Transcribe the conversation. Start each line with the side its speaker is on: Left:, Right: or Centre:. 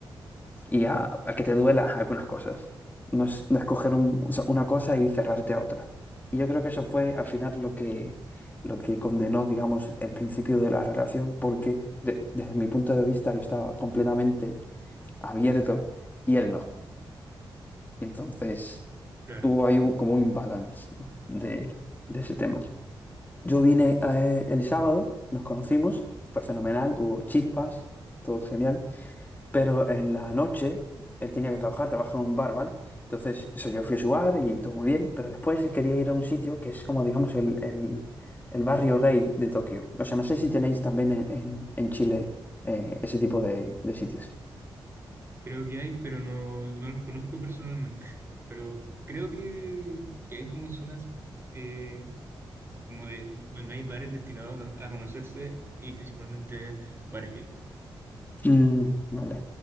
Left: y a, a que te duela algunas cosas. No es no escoger un- o sea, una cosa y cerrarte a otra. Y yo creo que eso fue al final lo que, lo que condenó, digamos, el principio de la relación, porque de- desde mi punto de vista yo estaba completamente abierto y él no. Entonces
Right: Claro,
Left: hubo ahí un- como un imbalance, ¿no? de, de ese tema. Yo vine eh, el sábado, nos conocimos, fue fenomenal, hubo chispas, todo genial. Pero en la noche él tenía que trabajar, trabajaba en un bar, ¿vale? Entonces, eso, yo fui a su bar y todo muy bien, pero después él quería ir a un sitio que es como, digamos, el, el- el barrio gay de Tokio. O sea, no sé si tenéis también en, en- en Chile eh, ese tipo de, de sitios.
Right: creo que hay, pero no, no los conozco personalmente. <laughs> Pero creo que, que hay como zonas eh, como de, donde hay bares destinados a a conocerse y principalmente bares gay.
Left: Mm, vale.